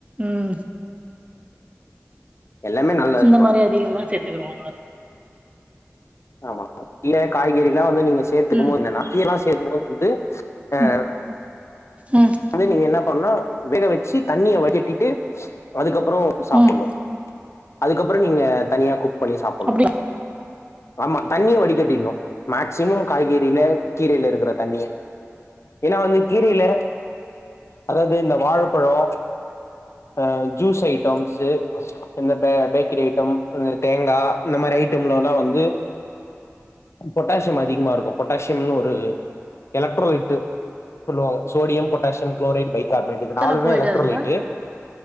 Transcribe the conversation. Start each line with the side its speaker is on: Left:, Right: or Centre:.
Right: உம்.
Left: எல்லாமே நல்லது
Right: இந்த மாரி அதிகமா சேத்துக்குறோங்கள.
Left: ஆமா கீர, காய்கறில்லா. நீங்க சேர்த்துக்கு
Right: ம்
Left: போது என்னன்னா. <unintelligible> போது வந்து. ஆஹ.
Right: ம் ம்
Left: அத நீங்க என்னப். பண்ணு வேக வச். ச்சி தண்ணிய வடிகட்டிட்டு. அதுக்கப். கப்புறோ சாப்டணு.
Right: ம்
Left: அதுக்கப்புறோ நீங்க தனியா குக். குக் பண்ணி சாப்டணு.
Right: அப்டி
Left: ஆமா தண்ணிய வடிக்கட்டிடணு. மேக்சிமம் காய்கறில கீரையில இருக்கிற தண்ணிய. ஏன்னா வந்து கீரையில. அதாவது இந்த வாழப்பழோ ஹ ஜூஸ் ஐட்டம்ஸு இந்த பே பேக்கரி ஐட்டம் இந்த தேங்கா இந்த மாரி ஐட்டமுலலாம் வந்து. பொட்டாசியம் அதிகமா இருக்கு பொட்டாசியம்னு ஒரு எலக்ட்ரோலைட்டு சொல்லுவாங்க சோடியம், பொட்டாசியம், குளோரைடு, பைத். கார்மென்ட் இது
Right: சத்தெல்லா
Left: நாலுமே
Right: போயிடாதுங்களா
Left: எலக்ட்ரோலைட்டு.